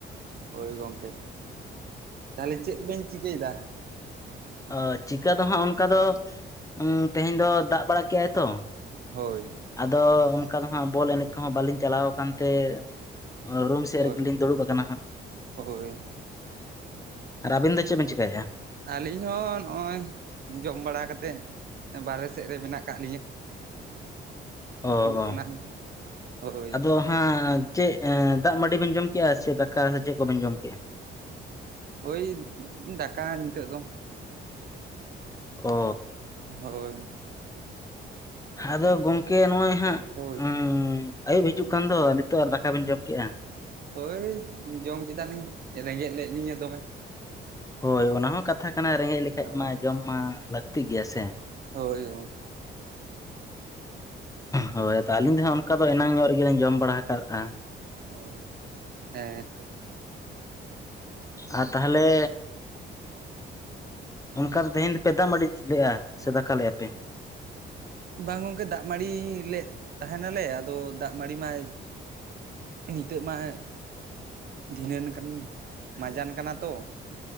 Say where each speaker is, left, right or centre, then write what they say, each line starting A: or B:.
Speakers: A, on the right; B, on the left.
A: ᱦᱳᱭ ᱜᱚᱢᱠᱮ, ᱛᱟᱦᱚᱞᱮ ᱪᱮᱫ ᱵᱮᱱ ᱪᱤᱠᱟᱹᱭᱮᱫᱟ?
B: ᱚ ᱪᱤᱠᱟ ᱫᱚ ᱦᱟᱸᱜ ᱚᱱᱠᱟ ᱫᱚ, ᱩᱸ ᱛᱮᱦᱮᱧ ᱫᱚ ᱫᱟᱜ ᱵᱟᱲᱟ ᱠᱮᱜᱼᱟᱭ ᱛᱚ ᱾
A: ᱦᱳᱭ ᱾
B: ᱟᱫᱚ ᱚᱱᱠᱟ ᱫᱚ ᱦᱟᱸᱜ ᱵᱚᱞ ᱮᱱᱮᱡ ᱠᱚᱦᱚᱸ ᱵᱟᱹᱞᱤᱧ ᱪᱟᱞᱟᱣ ᱟᱠᱟᱱ ᱛᱮ ᱚ ᱨᱩᱢ ᱥᱮᱫ
A: ᱦᱳᱭ
B: ᱨᱮᱜᱮ ᱞᱤᱧ ᱫᱩᱲᱩᱵ ᱟᱠᱟᱱᱟ ᱦᱟᱸᱜ ᱾
A: ᱦᱳᱭ
B: ᱟᱨ ᱟᱹᱵᱤᱱ ᱫᱚ ᱪᱮᱫ ᱵᱤᱱ ᱪᱤᱠᱟᱭᱮᱫᱼᱟ?
A: ᱟᱹᱞᱤᱧ ᱦᱚᱸ ᱱᱚᱜᱼᱚᱭ ᱡᱚᱢ ᱵᱟᱲᱟ ᱠᱟᱛᱮᱫ ᱵᱟᱨᱦᱮ ᱥᱮᱫ ᱨᱮ ᱢᱮᱱᱟᱜ ᱟᱠᱟᱫ ᱞᱤᱧᱟᱹ ᱾
B: ᱚ
A: ᱠᱟᱱᱟᱞᱤᱧ
B: ᱚ,
A: ᱦᱳᱭ
B: ᱟᱫᱚ <unintelligible> ᱪᱮᱫ ᱫᱟᱜ ᱢᱟᱹᱰᱤ ᱵᱮᱱ ᱡᱚᱢ ᱠᱮᱫᱼᱟ ᱥᱮ ᱫᱟᱠᱟ ᱥᱮ ᱪᱮᱫ ᱠᱚ ᱵᱮᱱ ᱡᱚᱢ ᱠᱮᱫᱼᱟ?
A: ᱳᱭ ᱫᱟᱠᱟ ᱱᱤᱛᱳᱜ ᱫᱚ ᱾
B: ᱚᱻ ᱾
A: ᱦᱳᱭ ᱾
B: ᱟᱫᱚ ᱜᱚᱝᱠᱮ ᱱᱚᱜᱼᱚᱭ ᱦᱟᱸᱜ
A: ᱦᱳᱭ ᱾
B: ᱦᱩ ᱟᱭᱩᱵ ᱦᱤᱡᱩᱜ ᱠᱟᱱ ᱫᱚ ᱱᱤᱛᱚᱜ ᱟᱨ ᱫᱟᱠᱟᱵᱤᱱ ᱡᱚᱢ ᱠᱮᱫᱼᱟ᱾
A: ᱦᱳᱭ ᱡᱚᱢ ᱠᱮᱫᱟᱞᱤᱧ ᱨᱮᱸᱜᱮᱡ ᱞᱮᱫ ᱞᱤᱧᱟᱹ ᱫᱚᱢᱮ᱾
B: ᱦᱳᱭ ᱚᱱᱟ ᱦᱚᱸ ᱠᱟᱛᱷᱟᱼᱼ ᱠᱟᱱᱟ ᱨᱮᱸᱜᱮᱡ ᱞᱮᱠᱷᱟᱡ
A: ᱦᱳᱭ
B: ᱢᱟ ᱡᱚᱢ ᱢᱟ ᱞᱟᱹᱠᱛᱤ ᱜᱮᱭᱟ ᱥᱮ᱾
A: ᱦᱳᱭ ᱚ
B: ᱦᱳᱭ ᱛᱚ ᱟᱞᱤᱧ ᱫᱚ ᱦᱟᱸᱜ ᱚᱱᱠᱟ ᱫᱚ ᱮᱱᱟᱝ ᱧᱚᱜ ᱨᱮᱜᱮᱞᱤᱧ ᱡᱚᱢ ᱵᱟᱲᱟ ᱠᱟᱜᱼᱟ᱾
A: ᱚ ᱦᱮᱸᱛᱚ,
B: ᱟᱨ ᱛᱟᱦᱚᱞᱮᱼᱼ ᱚᱱᱠᱟ ᱛᱮᱦᱮᱧ ᱫᱚ ᱯᱮ ᱫᱟᱜ ᱢᱟᱲᱤ ᱞᱮᱼᱟ ᱥᱮ ᱫᱟᱠᱟ ᱞᱮᱫᱼᱟ ᱯᱮ?
A: ᱵᱟᱝ ᱜᱚᱝᱠᱮ ᱫᱟᱜ ᱢᱟᱹᱲᱤ ᱞᱮᱜ ᱛᱟᱦᱮᱱᱟᱞᱮ ᱟᱫᱚ ᱫᱟᱜ ᱢᱟᱹᱲᱤ ᱢᱟᱼᱼ ᱱᱤᱛᱚᱜ ᱢᱟ ᱫᱷᱤᱱᱟᱹᱱ ᱠᱟᱱ ᱢᱟᱡᱟᱱ ᱠᱟᱱᱟ ᱛᱚ